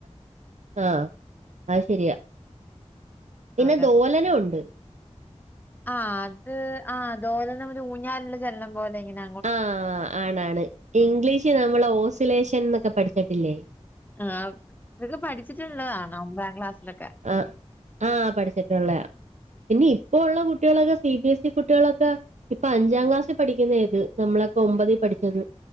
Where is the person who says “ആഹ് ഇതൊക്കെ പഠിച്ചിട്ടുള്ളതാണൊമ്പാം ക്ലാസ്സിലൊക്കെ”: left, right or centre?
Left